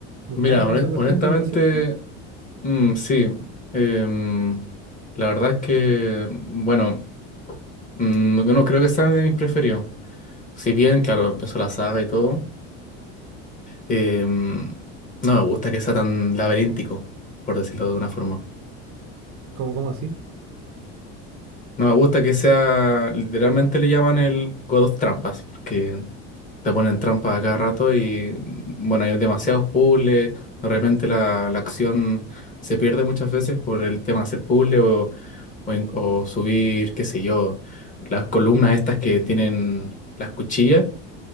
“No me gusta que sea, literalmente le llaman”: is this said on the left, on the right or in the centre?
Left